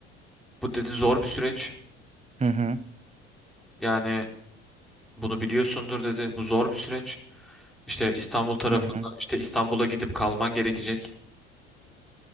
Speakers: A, in the centre; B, on the right.
A: Bu dedi zor bir süreç.
B: Hı hı.
A: Yani bunu biliyorsundur dedi. Bu zor bir süreç. İşte İstanbul tarafında
B: Hı hı.
A: işte İstanbul'a gidip kalman gerekecek.